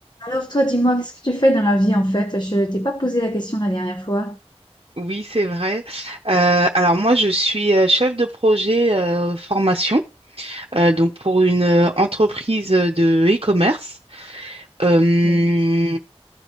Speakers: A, on the left; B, on the right.
A: Alors toi, dis-moi, qu'est-ce que tu fais dans la vie en fait? Je t'ai pas posé la question la dernière fois.
B: Oui, c'est vrai. Euh, alors moi, je suis euh, chef de projet euh, formation, euh, donc pour une euh, entreprise euh, de e-commerce. Euh,
A: Mm.